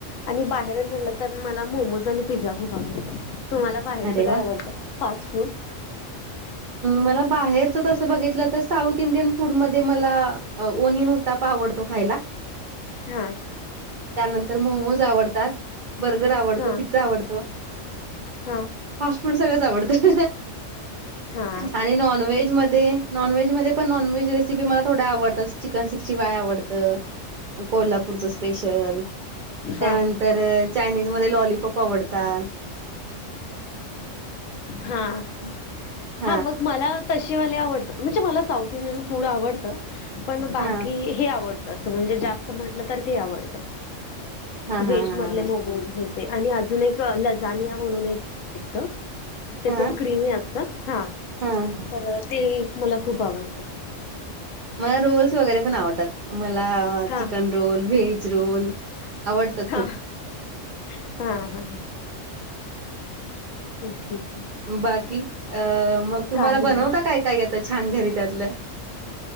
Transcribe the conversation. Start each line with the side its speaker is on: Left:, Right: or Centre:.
Left: आणि बाहेर पडलं तर, मला मोमोज आणि पिझ्झा खूप आवडतात. तुम्हाला बाहेरचं
Right: अरे
Left: काय
Right: वा
Left: आवडतं, फास्ट फूड?
Right: मला बाहेरच तस बघितलं तर, साऊथ इंडियन फूड मध्ये मला ओनियन उत्तापा आवडतो खायला.
Left: हा.
Right: त्यानंतर मोमोज आवडतात, बर्गर आवडतो,
Left: हा
Right: पिझ्झा आवडतो.
Left: हा.
Right: फास्ट फूड सगळंच आवडत
Left: हा
Right: आणि नॉनव्हेज मध्ये नॉनव्हेज मधे पण नॉनव्हेज रेसिपी मला थोड्या आवडतात, चिकन सिक्स्टी फाय आवडतं. कोल्हापूरच स्पेशल, त्यानंतर
Left: हा
Right: परत चायनीज मध्ये लॉलीपॉप आवडतात.
Left: हा.
Right: <inaudible>
Left: हा मग मला तशेवाले आवडतं, म्हणजे मला साऊथ इंडियन फूड आवडतं. पण बाकी
Right: हा
Left: हे आवडत, अस म्हणजे जास्त म्हंटलं तर ते आवडत.
Right: हा
Left: व्हेज
Right: हा
Left: मधले
Right: हा
Left: मोमोज हे ते आणि अजून एक लजानिया म्हणून एक भेटत. ते
Right: हा
Left: पण क्रिमी असत, हा
Right: हा
Left: तर ते मला खूप आवडतं.
Right: मला रोल्स वगैरे पण आवडतात, मला
Left: हा
Right: चिकन रोल, व्हेज रोल. आवडतात
Left: हा
Right: खूप.
Left: हा हा नाही, ठीक आहे.
Right: बाकी? अ मग तुम्हाला
Left: काही
Right: बनवता
Left: नाही
Right: काय, काय येत छान घरी त्यातलं?